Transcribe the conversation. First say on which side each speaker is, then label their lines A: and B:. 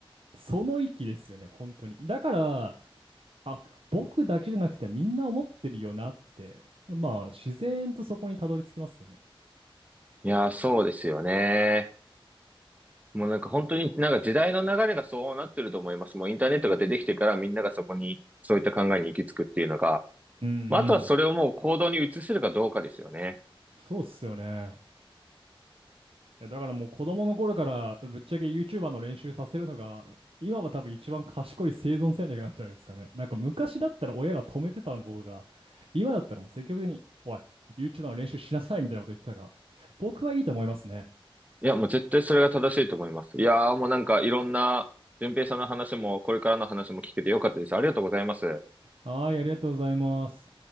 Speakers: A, on the right (about 75°); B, on the right (about 15°).
A: うその域ですよね、本当に。だから、あ、僕だけじゃなくてみんな思ってるよなって、まあ自然とそこにたどり着きますよね。
B: い。いやー、そうですよね。もうなんか本当になんか時代の流れがそうなってると思います。もうインターネットが出てきてからみんながそこにそういった考えに行き着くっていうのが、
A: うんうん。
B: まあ、あとはそれをもう行動に移せるかどうかですよね。
A: そうっすよね。いや、だからもう子供の頃からぶっちゃけ YouTuber の練習させるのが、今は多分一番賢い生存戦略なんじゃないですかね。なんか昔だったら親が止めてたのが、今だったらもう積極的に、おい、YouTuber の練習しなさいみたいなこと言ってたが、僕はいいと思いますね。
B: いや、もう絶対それが正しいと思います。いやーもうなんかいろんな、順平さんの話もこれからの話も聞けてよかったです。ありがとうございます。
A: はい、ありがとうございます。